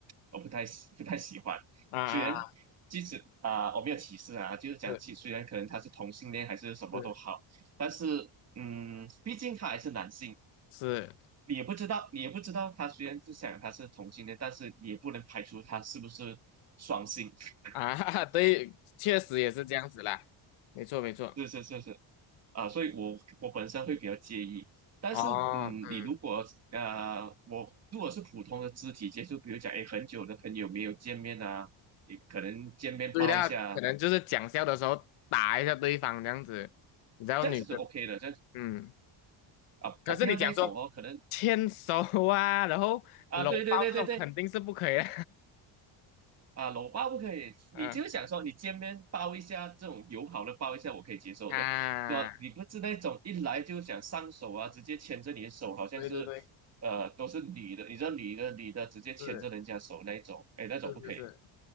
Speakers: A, on the right; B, on the left.
A: 我不太喜不太喜欢。
B: 啊啊啊，
A: 虽然即使啊、我没有歧视啊，就是讲，
B: 是
A: 其虽然可能他是同性恋还是什么都好，
B: 是
A: 但是嗯，毕竟他还是男性，
B: 是
A: 你也不知道，你也不知道他虽然是想他是同性恋，但是你也不能排除他是不是双性。<laughs>
B: 啊，<laughs> 对，确实也是这样子啦，没错没错，
A: 是是是是，啊，所以我我本身会比较介意。但是，
B: 哦，
A: 嗯，
B: 嗯，
A: 你如果呃，我如果是普通的肢体接触，比如讲，诶，很久的朋友没有见面啊，你可能见面抱一下，
B: 对啦，可能就是讲笑的时候打一下对方这样子，你知道女生，
A: 这样子就 OK 的，这样子
B: 嗯，
A: 啊，
B: 可是你讲说
A: 我不要那一种哦，可能
B: 牵手啊，然后搂抱这种肯定是不可以的，
A: 啊，对对对对对，啊，搂抱不可以，
B: <laughs> 嗯
A: 你就想说你见面抱一下，这种友好的抱一下，我可以接受的。
B: 啊，
A: 那你不是那种一来就想上手啊，直接牵着你的手，好像是，
B: 对对对，
A: 呃，都是女的，你知道女的女的直接牵着人家手那一种，
B: 是
A: 哎，那种不可以，
B: 是是是，